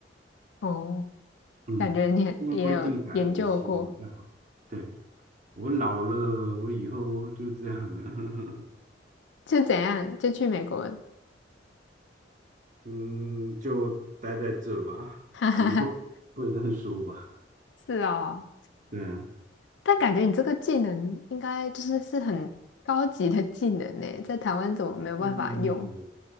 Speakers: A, on the left; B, on the right.
A: 哦。
B: 嗯，
A: 感觉你也也有研究过，
B: 因为规定改了一些比较好。对，我老了，我以后就这样了。<laughs>
A: 就怎样就去美国？<laughs>
B: 嗯，就待在这吧，
A: 哈哈哈，
B: 以后会再说吧。
A: 是哦，
B: 对啊，
A: 但感觉你这个技能应该就是是很高级的技能呢，在台湾怎么没有办法用
B: 因为有